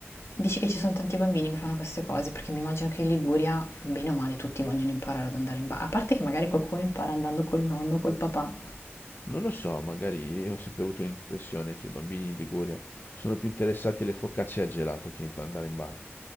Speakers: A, on the left; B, on the left.
A: Dici che ci sono tanti bambini che fanno queste cose, perché mi immagino che in Liguria, bene o male, tutti vogliono imparare ad andare in bagno. A parte che magari qualcuno impara andando col nonno, col papà.
B: Non lo so, magari ho sempre avuto l'impressione che i bambini in Liguria sono più interessati alle focacce e al gelato che a andare in barca.